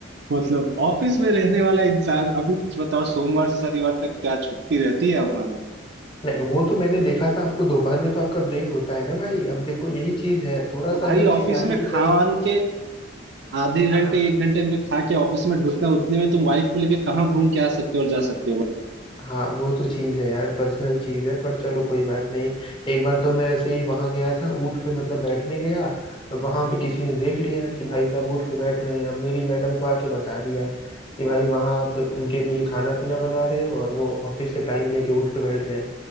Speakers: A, on the right; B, on the left.
A: मतलब ऑफिस में रहने वाला इंसान अभी कुछ बताओ सोमवार से शनिवार तक क्या छुट्टी रहती है हमारी
B: नहीं वो तो मैंने देखा था आपको दोपहर में तो आपका ब्रेक होता है ना भाई अब देखो यही चीज है थोड़ा
A: तो
B: सा
A: भाई
B: अगर
A: ऑफिस
B: चिंगारी
A: में
B: की
A: खा
B: तरह
A: वान के आधे
B: हाँ
A: घंटे एक घंटे में खा के ऑफिस में ढुकना उतने में तुम वाइफ को लेके कहाँ घूम के आ सकते हो और जा सकते
B: हाँ वो तो चीज़ है यार पर्सनल चीज़ है पर चलो कोई बात नहीं एक बार तो मैं ऐसे ही वहां गया था ऊँट पे मतलब बैठने गया और वहां पे किसी ने देख लिया कि भाई साहब ऊँट पे बैठ रहे हैं अब मेरी मैडम को आके बता दिया कि भाई वहां आप उनके लिए खाना पीना बना रहे हो और वो ऑफिस से टाइम लेके ऊँट पे बैठ रहे हैं